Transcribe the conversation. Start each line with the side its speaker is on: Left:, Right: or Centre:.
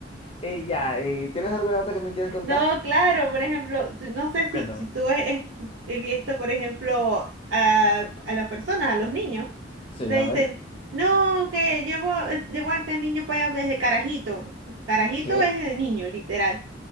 Left: Y, ya, y ¿tienes alguna otra que me quieras contar?
Right: No, claro, por ejemplo, tú- no sé si,
Left: Cuéntame.
Right: si tú he, he- he visto, por ejemplo, a, a las personas, a los niños,
Left: Sí,
Right: le
Left: a
Right: dicen,
Left: ver.
Right: no, que llevo, eh, llevo a este niño para allá desde carajito. Carajito
Left: ¿Qué?
Right: es el niño, literal.